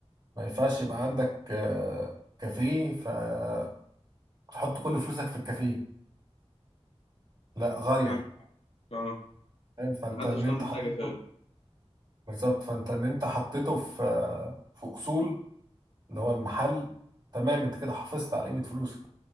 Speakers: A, on the right; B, on the left.
A: ما ينفعش يبقى عندك آه، كافيه فتحط كل فلوسك في الكافيه لا غير
B: يعني- اه
A: فاهم فانت
B: محدش
A: ان
B: ضامن
A: انت حطيته
B: حاجه فعلا
A: بالظبط فانت ان انت حطيته في في اصول اللي هو المحل تمام انت كده حافظت على قيمه فلوسك